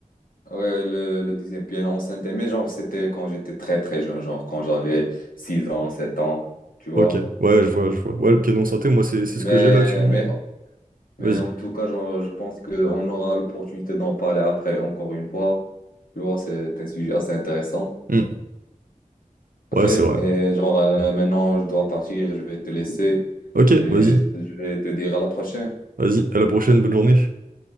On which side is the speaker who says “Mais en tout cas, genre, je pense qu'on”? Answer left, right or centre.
Left